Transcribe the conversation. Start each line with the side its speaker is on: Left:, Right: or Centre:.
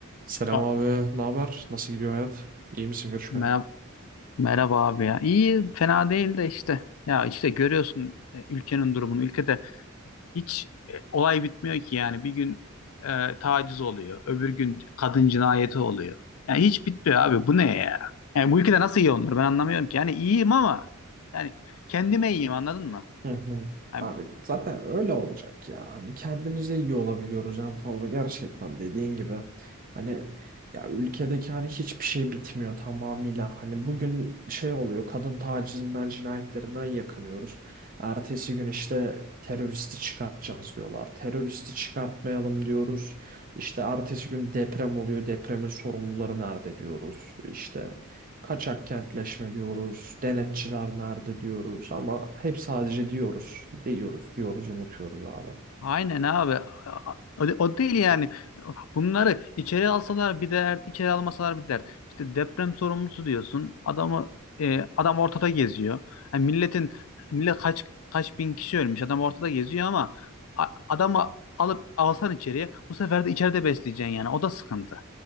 Right: Selam
Left: A-
Right: abi, ne haber? Nasıl gidiyor hayat? İyi misin görüşmeye?
Left: Merhaba, merhaba abi ya. İyi, fena değil de işte. Ya işte görüyorsun e, ülkenin durumunu. Ülkede hiç e, olay bitmiyor ki yani. Bir gün e, taciz oluyor. Öbür gün kadın cinayeti oluyor. Yani hiç bitmiyor abi. Bu ne ya? Yani bu ülkede nasıl iyi olunur? Ben anlamıyorum ki. Yani iyiyim ama yani kendime iyiyim anladın mı?
Right: Hı hı.
Left: Yani
Right: Abi zaten öyle olacak ya. Hani kendimize iyi olabiliyoruz en fazla gerçekten dediğin gibi. Hani ya ülkedeki hani hiçbir şey bitmiyor tamamıyla. Hani bugün şey oluyor kadın tacizinden cinayetlerinden yakınıyoruz. Ertesi gün işte teröristi çıkartacağız diyorlar. Teröristi çıkartmayalım diyoruz. İşte ertesi gün deprem oluyor. Depremin sorumluları nerede diyoruz. İşte Kaçak kentleşme diyoruz, denetçiler nerede diyoruz ama hep sadece diyoruz, diyoruz, diyoruz, unutuyoruz abi.
Left: Aynen abi. O, o değil yani. Bunları içeri alsalar bir dert, içeri almasalar bir dert. İşte deprem sorumlusu diyorsun. Adamı e, adam ortada geziyor. Yani milletin millet kaç kaç bin kişi ölmüş. Adam ortada geziyor ama a- adamı alıp alsan içeriye bu sefer de içeride besleyeceksin yani. O da sıkıntı.